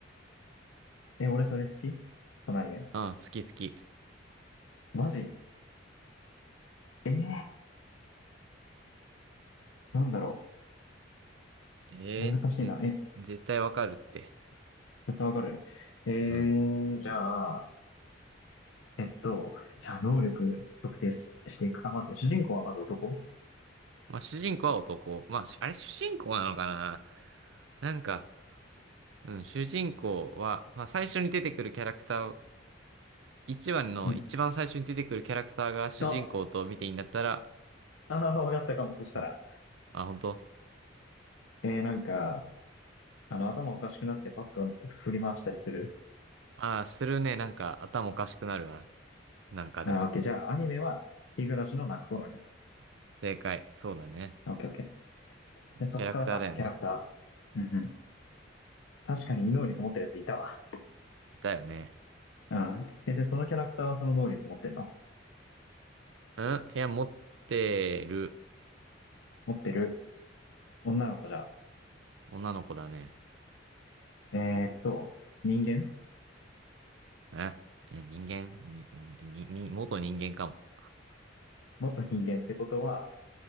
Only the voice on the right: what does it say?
うん、好き好き。
ええぜ、
絶対わかるって。
うん。
まあ、主人公は男。まあ、しあれ主人公なのかななんか、うん、主人公は、まあ、最初に出てくるキャラクター一番の一番最初に出てくるキャラクターが主人公と見ていいんだったら、
そうあ、本当
ああー、するね。なんか頭おかしくなるわ。なんかで。
正解。そうだね。
キャラクターだよね。
いたよね。
うんいや、持ってる
女の子だね。
ええ人間に、に、に、元人間かも。